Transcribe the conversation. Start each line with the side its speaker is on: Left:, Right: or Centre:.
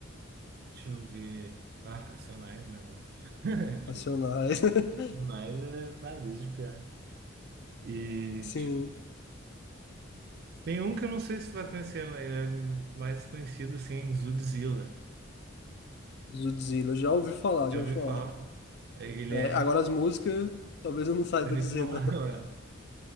Right: Deixa eu ver. Ah, Racionais, né? Óbvio. <laughs> Tipo,
Left: Racionais. <laughs>
Right: Racionais é vai, desde piá. E
Left: Sim,
Right: tipo, tem um que eu não sei se tu vai conhecer, mas ele é mais conhecido assim, Zudzilla.
Left: Zudzilla. Já ouvi falar,
Right: Já
Left: já
Right: ouviu
Left: ouvi falar.
Right: falar? É, Ele
Left: É,
Right: é.
Left: agora as músicas, talvez eu não saiba
Right: é,
Left: dizer,
Right: Tu não
Left: não.
Right: vai
Left: <laughs>
Right: lembrar.